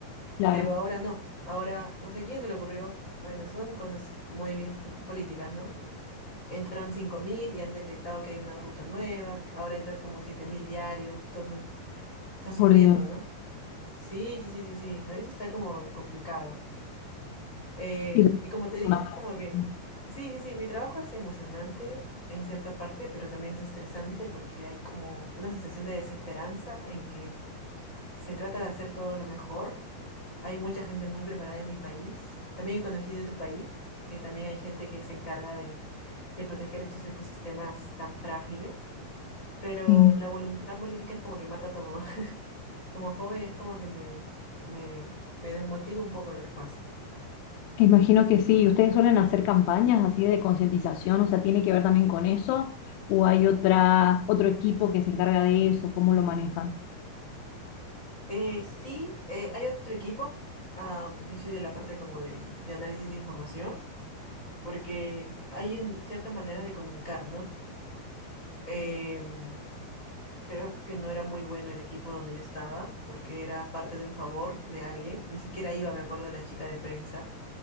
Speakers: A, on the left; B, on the left.
A: claro.
B: pero ahora no. Ahora no sé quién se le ocurrió. Bueno, son cosas muy bien po- políticas, ¿no? Y Entran 5.000 y han detectado que hay una ruta nueva, ahora entran como 7.000 diarios, entonces está sufriendo,
A: Por Dios.
B: ¿no? Sí, sí, sí, sí, sí, ahorita está como complicado. Eh,
A: Y es
B: y como te diga,
A: una
B: es
A: maravilla.
B: como que, sí, sí, sí, mi trabajo es emocionante en cierta parte, pero también es estresante porque hay como una sensación de desesperanza en que se trata de hacer todo lo mejor hay mucha gente muy preparada en mi país. También conocí de tu país, que también hay gente que se encarga de, de proteger estos ecosistemas tan frágiles. Pero
A: Sí,
B: la voluntad política es como que mata todo. <laughs> Como joven es como que me, me, me desmotiva un poco lo que pasa.
A: imagino que sí. ¿Ustedes suelen hacer campañas así de concientización? O sea, ¿tiene que ver también con eso? ¿O hay otra, otro equipo que se encarga de eso? ¿Cómo lo manejan?
B: Eh, sí, eh, hay otro equipo. Ah, yo soy de la parte como de, de análisis de información, porque hay un- ciertas maneras de comunicar, ¿no? Em, Creo que no era muy bueno el equipo donde yo estaba, porque era parte de un favor de alguien. Ni siquiera iba, me acuerdo, la chica de prensa.